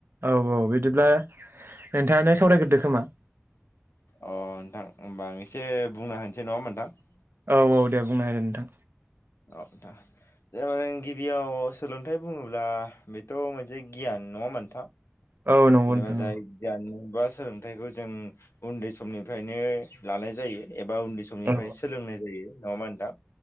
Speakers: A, on the right; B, on the left.
A: औ औ बिदिब्ला नोंथाङानो सावरायग्रोदो खोमा
B: अ नोंथां होमबा आं एसे बुंनो होनसै नङा होमबा नोंथां
A: औ औ दे बुंना हो नोंथां
B: औ नोंथां जेनेबा जों गिबियाव सोलोंथाइ बुङोब्ला बेथ' मोनसे गियान नङा होमबा नोंथां
A: होदो नोंथां
B: जेनबा जाय गियान बा सोलोंथाइखौ जों उन्दै समनिफ्रायनो लानाय जायो एबा उन्दै सम निफ्रायनो
A: औ
B: सोलोंनाय जायो नङा होमबा नोंथां